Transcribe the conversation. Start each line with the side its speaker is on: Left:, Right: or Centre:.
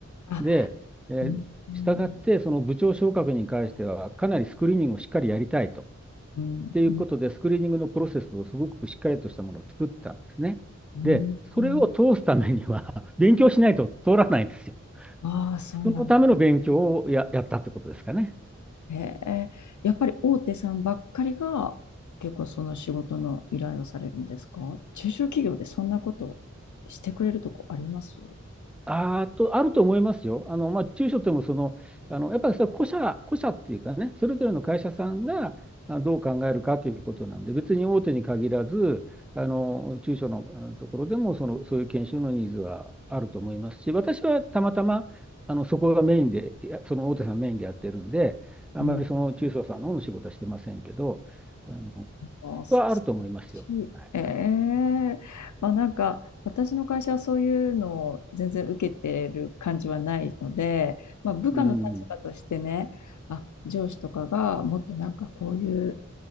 Left: あ、
Centre: で、えー、
Left: うん、うん、
Centre: したがって、その部長昇格に関しては、かなりスクリーニングをしっかりやりたいと。っ
Left: うん、
Centre: ていうことで、
Left: う
Centre: スクリーニングのプロセスをすごくしっかりとしたものを作ったんですね。
Left: ん、
Centre: で、それを通すためには
Left: うん、
Centre: <laughs> 勉強しないと通らないんですよ。
Left: ああ、そうなんだ。
Centre: そのための勉強をや、やったってことですかね。
Left: へえ、やっぱり大手さんばっかりが結構その仕事の依頼をされるんですか中小企業でそんなことしてくれるとこあります
Centre: あーと、あると思いますよ。あの、まあ、中小ともその、あの、やっぱりそれは個社、個社っていうかね、それぞれの会社さんがあどう考えるかということなんで、別に大手に限らず、あの、中小のあのところでも、その、そういう研修のニーズはあると思いますし、私はたまたま、あの、そこがメインで、いやその大手さんメインでやってるんで、あまりその中小さんの方の仕事はしてませんけど、
Left: うん、
Centre: あの、
Left: あ、す素
Centre: はあると思いますよ。
Left: 晴らしいえ
Centre: はい。
Left: えまあなんか私の会社はそういうのを全然受けてる感じはないので、まあ、部下の立場としてね、
Centre: うん。
Left: あ、上司とかがもっとなんかこういう